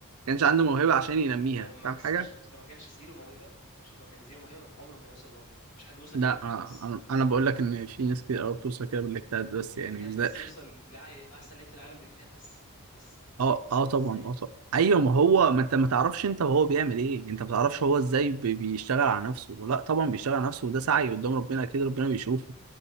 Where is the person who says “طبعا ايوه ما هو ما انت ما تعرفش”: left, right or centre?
Right